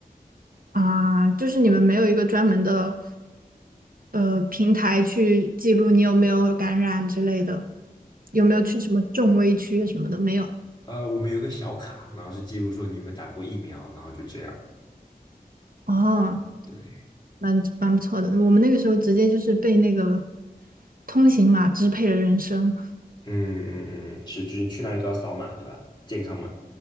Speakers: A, on the right; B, on the left.
A: 啊，就是你们没有一个专门的呃平台去记录你有没有感染之类的，有没有去什么重危区什么的，没有。
B: 呃，我们有一个小卡，然后是记录说你们打过疫苗，然后就这样。
A: 哦，
B: 对，
A: 蛮蛮不错的。我们那个时候直接就是被那个通行码支配了人生。
B: 嗯嗯嗯，是就是去哪里都要扫码，对吧？健康码。